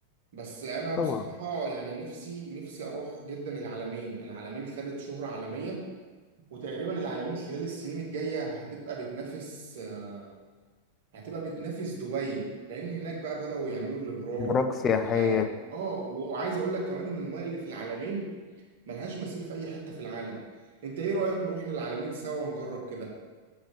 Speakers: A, on the right; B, on the left.
A: بس انا بصراحه
B: طبعا
A: يعني نفسي نفسي اروح جدا العالمين العالمين خدت شهره عالميه وتقريبا العالمين خلال السنين الجايه هتبقى بتنافس آه، هتبقى بتنافس دبي لان هناك بقى بداوا يعملوا الابراج
B: براك
A: والمنتجعات
B: سياحية
A: اه و- وعايز اقول لك كمان ان المايه اللي في العالمين ملهاش مثيل في اي حته في العالم انت ايه رايك نروح للعالمين سوا ونجرب كده